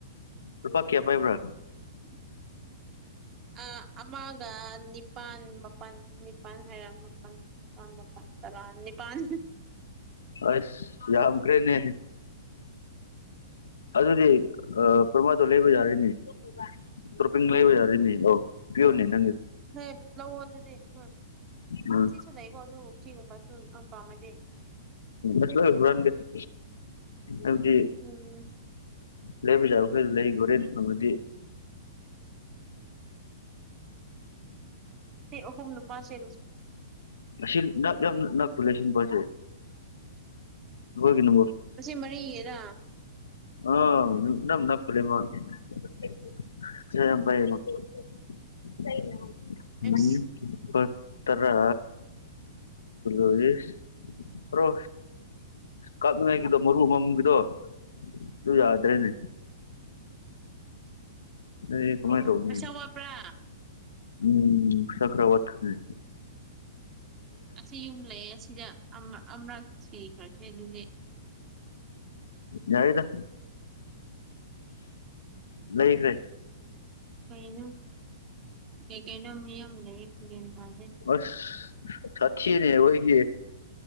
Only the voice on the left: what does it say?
ꯔꯨꯄꯥ ꯀꯦꯌꯥ ꯄꯥꯏꯕ꯭ꯔꯥ
ꯑꯁ ꯌꯥꯝꯈ꯭ꯔꯦꯅꯦ ꯑꯗꯨꯗꯤ ꯄꯔꯃꯥꯗꯣ ꯂꯩꯕ ꯌꯥꯔꯤꯅꯤ ꯇ꯭ꯔꯄꯤꯡ ꯂꯩꯕ ꯌꯥꯔꯤꯅꯤ ꯑ ꯄꯤꯌꯣꯔꯅꯤꯅꯤ
ꯎꯝ
ꯑꯁꯂ ꯍꯨꯔꯒꯁ ꯑꯗꯤ
ꯂꯩꯕ ꯌꯥꯥ ꯑꯩꯈꯣꯏꯁꯨ ꯂꯩ ꯈꯣꯔꯦꯟ ꯐꯪꯉꯗꯤ
ꯁꯤ ꯌꯥꯝ ꯅ ꯈꯨꯂꯦ ꯁꯤ ꯄꯁꯦ ꯍꯒꯅ
ꯑꯣ ꯅꯝ ꯅ ꯀꯨꯂꯤ <unintelligible>
ꯎꯝ ꯏ ꯇꯔ ꯑꯜꯍꯤ ꯔꯣ ꯀꯥꯥꯁꯅ ꯍꯒꯗꯣ ꯃꯔꯕꯨ ꯃꯃꯒꯤꯗꯣ ꯑꯗꯨꯗꯨ ꯌꯥꯗ꯭ꯔꯦꯅꯦ ꯑꯩ ꯀꯃꯥꯏꯅ
ꯇꯧꯅꯤ
ꯎꯝ ꯆꯀ꯭ꯔ ꯋꯥꯠꯅꯤ
ꯌꯥꯏꯗ ꯂꯩꯈ꯭ꯔꯦ
ꯑꯁ ꯁꯥꯊꯤꯅꯦ ꯑꯈꫭꯏꯒꯤ